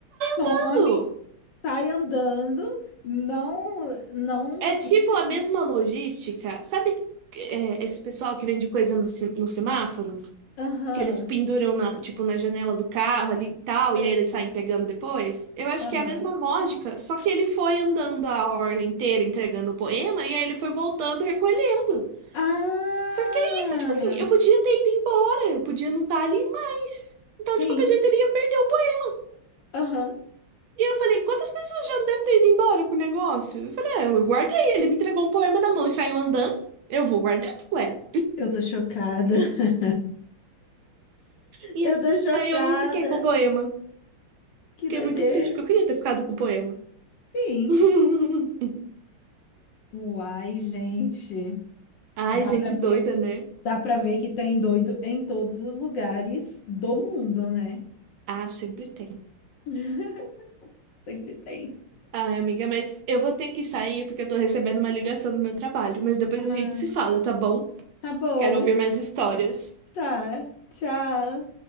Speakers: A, on the left; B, on the right.
A: some,
B: ensaiando!
A: sai andando, não, não,
B: É tipo
A: não se...
B: a mesma logística, sabe? é, esse pessoal que vende coisa no, se- no semáforo,
A: Aham,
B: que eles penduram na, tipo, na janela do carro ali e tal,
A: sei.
B: e aí eles saem pegando depois. Eu acho
A: Aham.
B: que é a mesma lógica, só que ele foi andando a orla inteira entregando o poema, e aí ele foi voltando recolhendo.
A: Ah,
B: Só que é isso, tipo assim, eu podia ter ido embora, eu podia não estar ali mais. Então,
A: sim,
B: de qualquer jeito, ele ia perder o poema.
A: aham.
B: E eu falei, quantas pessoas já não devem ter ido embora com o negócio? Eu falei, é, eu guardei, ele me entregou um poema na mão e saiu andando. Eu vou guardar, ué.
A: Eu tô chocada. <laughs>
B: E
A: Eu tô chocada.
B: aí eu não fiquei com o poema.
A: Que
B: Fiquei
A: doideira.
B: muito triste, porque eu queria ter ficado com o poema.
A: Sim.
B: <laughs>
A: Uai, gente.
B: Ai,
A: Dá
B: gente
A: pra ver,
B: doida, né?
A: dá pra ver que tem doido em todos os lugares do mundo, né?
B: Ah, sempre tem.
A: <laughs> Sempre tem.
B: Ai, amiga, mas eu vou ter que sair porque eu tô recebendo uma ligação do meu trabalho. Mas depois a
A: Ah,
B: gente se fala, tá bom?
A: tá bom,
B: Quero ouvir mais histórias.
A: tá. Tchau.